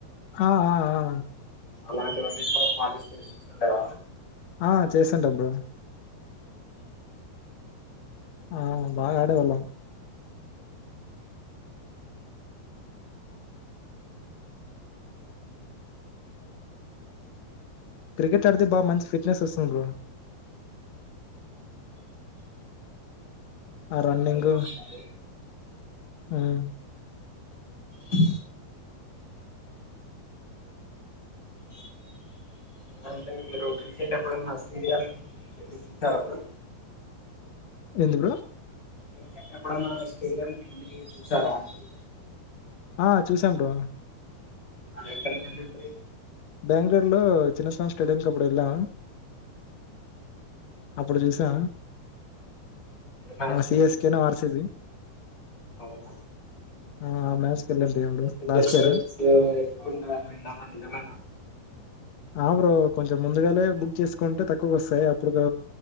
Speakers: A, on the left; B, on the left.
A: ఆ ఆ ఆ
B: అలాంటి వాంటిలో పార్టిసిపేట్ చేస్తుండేనా
A: ఆ చేస్తుంటా బ్రో ఆ బాగా ఆడేవాళ్ళం క్రికెట్ ఆడితే బాగా మంచి ఫిట్నెస్ వస్తుంది బ్రో ఆ రన్నింగు
B: హాయిగా ఉంటది
A: మ్మ్
B: అ స అంటే మీరు క్రికెట్ ఎప్పుడన్నా స్టేడియం కెళ్ళి చూశారా బ్రో
A: ఏంది బ్రో
B: క్రికెట్ ఎప్పుడన్నా స్టేడియంకేళ్ళి చూశారా అంటున్న
A: ఆ చూసాం బ్రో
B: ఆ ఎక్కడికెళ్లింట్రి
A: బెంగళూరులో చిన్నస్వామి స్టేడియంకి అప్పుడు వెళ్ళామా అప్పుడు చూసా
B: మ్యాచ్
A: ఆ
B: కి
A: సీఎస్కే
B: వెళ్ళింట్రి
A: ను ఆర్సిబి
B: అవునా
A: ఆ మ్యాచ్కి వెళ్ళాం
B: మీకోటి
A: దేవుడు లాస్ట్
B: తెలుసు
A: ఇయర్
B: కాబట్టి సీయర్ మీరు ఎక్కువింటారని విన్నాను నిజమేనా
A: ఆ బ్రో కొంచెం ముందుగానే బుక్ చేసుకుంటే తక్కువకు వస్తాయి అప్పుడు